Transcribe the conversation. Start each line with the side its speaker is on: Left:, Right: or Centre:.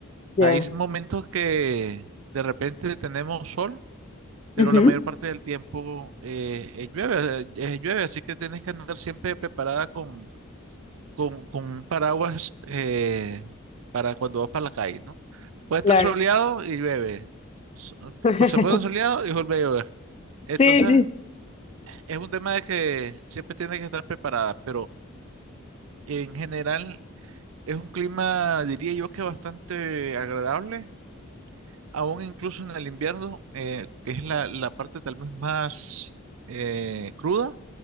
Left: Ya,
Right: Hay momentos que de repente tenemos sol. pero
Left: ujú,
Right: la mayor parte del tiempo eh, eh, llueve, eh, llueve, así que tienes que andar siempre preparada con, con, con un paraguas eh, para cuando vas para la calle, ¿no? Puede estar
Left: Claro.
Right: soleado y llueve. So-
Left: <laughs>
Right: Pues se puede soleado y vuelve a llover. Entonces,
Left: Sí, sí,
Right: es un tema de que siempre tienes que estar preparada, pero en general es un clima, diría yo, que bastante agradable, aún incluso en el invierno, eh, que es la, la parte tal vez más eh, cruda